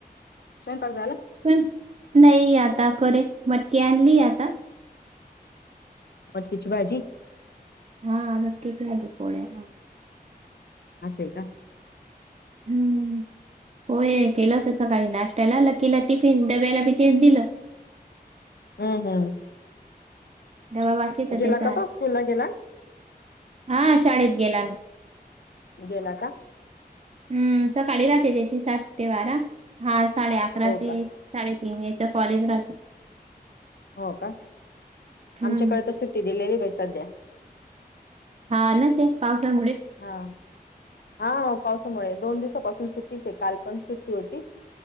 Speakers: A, on the left; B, on the right.
A: स्वयंपाक झाला
B: नाही-नाही आता करेन, मटकी आणलीये आता.
A: मटकीची भाजी
B: हा मटकीची भाजी पोळ्या
A: असं आहे का?
B: हम्म.... पोहे केलं होत सकाळी नाष्ट्याला लकिला टिफिन डब्याला बी तेचं दिलं.
A: हो- हो
B: डबा बाकी आहे का
A: गेला
B: त्याचा आज?,
A: तो स्कूल ला गेला
B: हा.. शाळेत गेला ना
A: गेला का?
B: हम्म.... सकाळी राहते त्याची सात ते बारा हा साडे अकरा
A: हो
B: ते
A: का
B: एक साडेतीन याच्या कॉलेज राहत.
A: हो का?
B: हम्म
A: आमच्याकडे तर सुट्टी दिलेली बाई सध्या.
B: हा ना.... ते पावसामुळे
A: हा. हा पावसामुळे दोन दिवसापासून सुट्टीच आहे, काल पण सुट्टी होती.